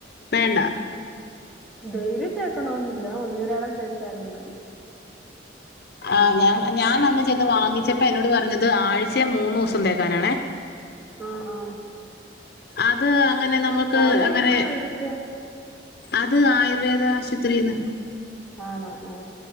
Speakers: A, on the left; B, in the centre.
A: വേണ്ട
B: ഡെയിലി തേക്കണന്നില്ല ഒന്നൊരാടം തേച്ചാലും മതി
A: ആഹ് ഞാൻ ഞാൻ അന്ന് ചെന്ന് വാങ്ങിച്ചപ്പോ എന്നോട് പറഞ്ഞത് ആഴ്ച മൂന്ന് ദിവസം തേക്കാനാണേ
B: ആഹ് ആഹ്
A: അത് അങ്ങനെ നമ്മക്ക്
B: അതെവിടുന്നാ
A: അങ്ങനെ
B: മേടിച്ചേ
A: അത് ആയുർവേദ ആശുപത്രിന്ന്
B: ആണോ ങ്